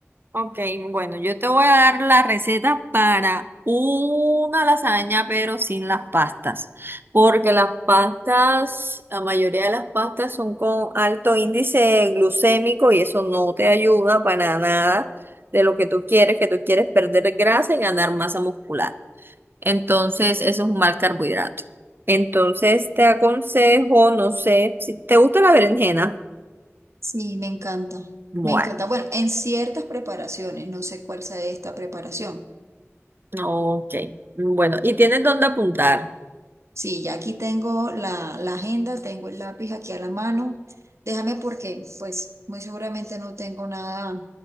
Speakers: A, on the right; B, on the right.
A: Ok, bueno, yo te voy a dar la receta para una lasaña, pero sin las pastas, porque las pastas, la mayoría de las pastas son con alto índice glucémico y eso no te ayuda para nada de lo que tú quieres, que tú quieres perder grasa y ganar masa muscular. Entonces, eso es un mal carbohidrato. Entonces, te aconsejo, no sé, si te gusta la berenjena.
B: Sí, me encanta.
A: Bueno,
B: Me encanta. Bueno, en ciertas preparaciones, no sé cuál sea esta preparación.
A: ok. Bueno, ¿y tienes dónde apuntar?
B: Sí, ya aquí tengo la, la agenda, tengo el lápiz aquí a la mano. Déjame porque, pues, muy seguramente no tengo nada